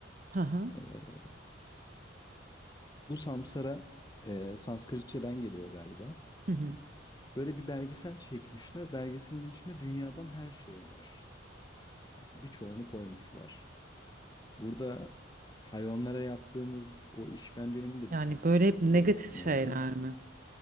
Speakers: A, on the right (about 45°); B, on the left (about 20°).
A: Hı hı.
B: Ee, bu Samsara e, Sanskritçeden geliyor galiba.
A: Hı hı.
B: Böyle bir belgesel çekmişler. Belgeselin içinde dünyadan her şey var. Yani birçoğunu koymuşlar. Burada hayvanlara yaptığımız o işkencenin de
A: Yani
B: bir sahnesini
A: böyle hep negatif
B: görmüştüm
A: şeyler
B: orada.
A: mi?